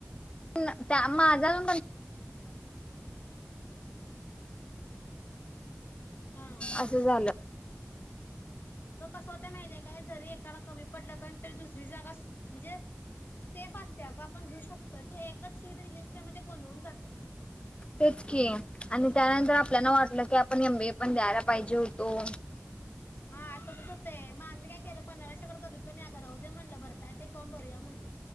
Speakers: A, on the left; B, on the left.
A: न त्या माझा <inaudible>
B: हा
A: असं झालं <inaudible>
B: अगं कसं होत माहितीे काय जरी एकाला कमी पडलं का तरी दुसरी जागा म्हणजे सेफ असते अगं आपण घेऊ शकतोय तू एकच सीट रिलीज क म ते गोंधळून जातय
A: तेच की आणि त्यानं तर आपल्याला वाटलं की आपण एमबीए पण द्यायला पाहिजे होतो.
B: हा तसच होतय म आम्ही काय केलं पंधराशे कड बघितलं नाय अग राहूदे म्हणलं भर काय ते फॉर्म भरूया म्हणलं